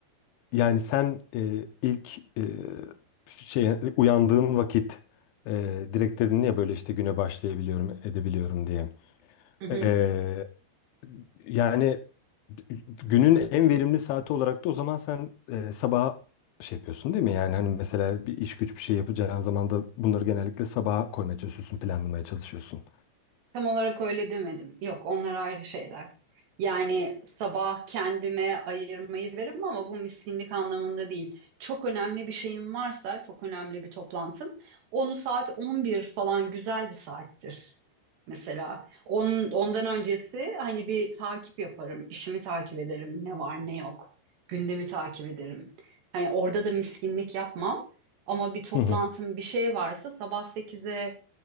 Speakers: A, on the left; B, on the right.
A: Yani sen e, ilk e, şey uyandığın vakit e, direkt dedin ya böyle işte güne başlayabiliyorum, edebiliyorum diye.
B: Hı hı.
A: E, yani günün en verimli saati olarak da o zaman sen e, sabah şey yapıyorsun değil mi? Yani hani mesela bir iş güç bir şey yapacağın zaman da bunları genellikle sabaha koymaya çalışıyorsun, planlamaya çalışıyorsun.
B: Tam olarak öyle demedim. Yok, onlar ayrı şeyler. Yani sabah kendime ayırmayı severim ama bu miskinlik anlamında değil. Çok önemli bir şeyim varsa, çok önemli bir toplantım, onu saat 11 falan güzel bir saattir. Mesela on ondan öncesi hani bir takip yaparım, işimi takip ederim, ne var ne yok, gündemi takip ederim. Hani orada da miskinlik yapmam ama bir toplantım
A: Hı hı.
B: bir şey varsa sabah sekize.